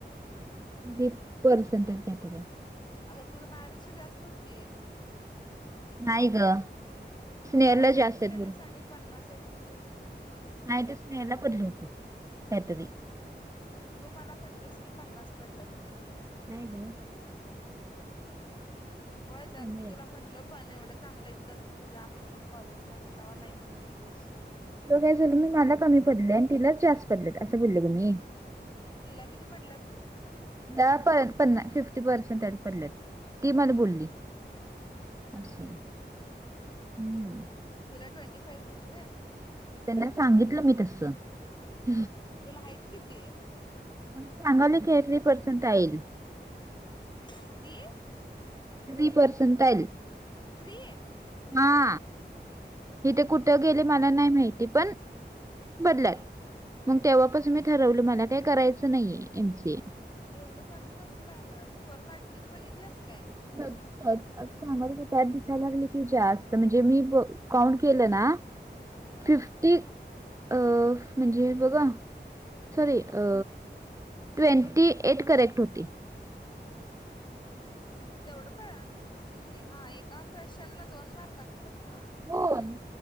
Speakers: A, on the right; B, on the left.
A: ह पर्सेंटे कातर
B: अग तुला मायापेक्षा जास्त होती.
A: नाहीय ग. स्नेहरला
B: तुम्हाला सांगितले
A: जास्त आहेत
B: लिस आणि पन्नास आहेत म्हणून
A: नाहीईट स्नेला पढती कात.
B: तू मला म्हटलीस की पन्नास पडलात म्हणून
A: नाहीयत.
B: होय तर
A: कमी
B: मी
A: आहे.
B: तुला म्हणल पण एवढं चांगलं आहे तर मग जा म्हणून कॉलेज कर देतावा नाही म्हणत होतीस.
A: तो काय झाल मी मला कमी पडले आणि तिलाच जास्त पडले असं बोलले तुम्ही
B: तिला किती पदलंत?
A: द पन्ना फिफ्टी पर्सेंटरी पडलेत. ती मला बोलली. असं हम्.
B: तुला <inaudible> ट्वेंी फाव्ह <inaudible> आहित व्हय
A: त्यांना सांगितलं मी तस. <inaudible>
B: तुला आहेत किती
A: म्हण <inaudible> सांगाल कॅतरी पर्संटईल
B: कीर्ती.
A: Three percentile.
B: त्रीय.
A: हा, हेथ कुठं गेले मला नाही माहिती, पण बदलात मग तेव्हापासून मी ठरवलं मला काही करायचं नाहीये एम <inaudible> सी
B: एवढं <inaudible> कमी कस <inaudible> काय स्कोर कार्ड बघितलंस काय.
A: <unintelligible> <inaudible> बघित सांगाल त्यात दिसाय लागले की जास्त. म्हणजे मी काउंट केलं ना,
B: हा
A: फिफ्टी अ म्हणजे बघा. सॉरी अ ट्वेंटी एट <inaudible> करयचे होती.
B: ट्वेंटी मग तेवढं पण नाही. हा एका क्वेश्चनला दोन मार्क असतात ना.
A: होय